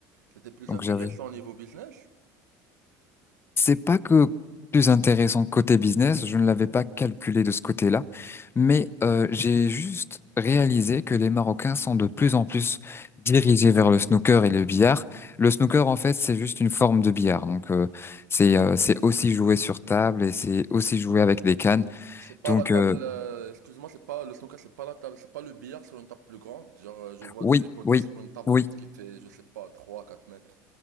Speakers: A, on the right (about 90°); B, on the left (about 25°).
A: c'était plus
B: donc
A: intéressant
B: j'avais
A: au niveau business.
B: C'est pas que plus intéressant côté business, je ne l'avais pas calculé de ce côté-là, mais euh, j'ai juste réalisé que les Marocains sont de plus en plus dirigés vers le snooker et le billard. Le snooker, en fait, c'est juste une forme de billard, donc euh, c'est euh, c'est aussi jouer sur table et c'est aussi jouer avec des cannes.
A: C'est pas
B: Donc
A: la table,
B: euh,
A: euh, excuse-moi, c'est pas le snooker, c'est pas la table, c'est pas le billard sur une table plus grande. Genre, euh, je vois
B: oui,
A: des photos
B: oui,
A: sur une table
B: oui.
A: qui fait, je sais pas, trois, à 4 mètres.